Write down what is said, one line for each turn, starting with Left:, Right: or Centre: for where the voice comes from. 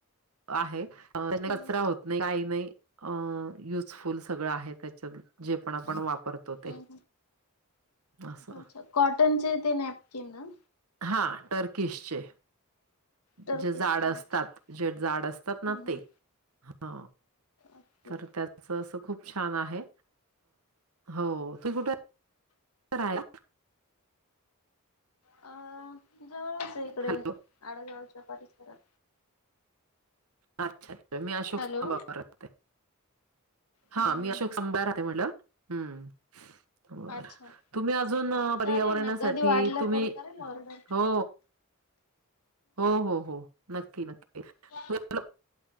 Right: आहे कचरा
Left: हम्म
Right: होत नाही काही नाही. अ युजफुल सगळं आहे त्याच्या जे पण आपण वापरतो ते
Left: हम्म
Right: असं
Left: अच्छा कॉटनचे ते नॅपकिन ना?
Right: हा टर्कीसचे
Left: टर्किसचे
Right: जे जाड असतात
Left: हम्म
Right: जे जाड असतात ना ते
Left: हम्म
Right: ह
Left: ओके
Right: तर त्याच अस खूप छान आहे हो त तरय
Left: अ जवळच आहे इकडे
Right: हॅलो
Left: आडेगावच्या परिसरात
Right: अच्छा अच्छा मी अशोक
Left: हॅलो
Right: स्तंभावर राहते हा
Left: हम्म
Right: मी
Left: हम्म
Right: अशोक स्तंभावर राहते म्हटलं हम्म बर
Left: अच्छा
Right: तुम्ही अजून पर्यावरणासाठी
Left: चालेल ना कधी वाटलं
Right: तुम्ही
Left: तर करेल ऑर्डर
Right: हो हो हो हो नक्की नक्की तुम्हाला
Left: ह